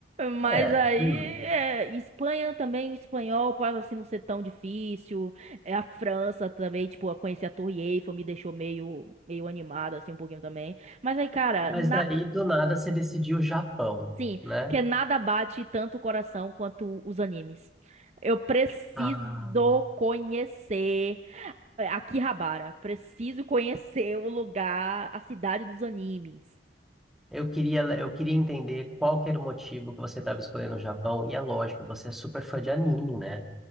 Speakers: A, on the right; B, in the centre.
A: Mas
B: é.
A: aí
B: hum.
A: é, Espanha também, o espanhol pode assim não ser tão difícil. É a França também, tipo, eu conheci a Torre Eiffel, me deixou meio, meio animada, assim, um pouquinho também. Mas aí, cara,
B: Mas
A: na...
B: daí, do nada, você decidiu o Japão,
A: sim,
B: né?
A: porque nada bate tanto o coração quanto os animes. Eu preciso
B: Ah,
A: conhecer é, Akihabara. Preciso conhecer o lugar, a cidade dos animes.
B: Eu queria, eu queria entender qual que era o motivo que você estava escolhendo o Japão. E é lógico, você é super fã de anime, né?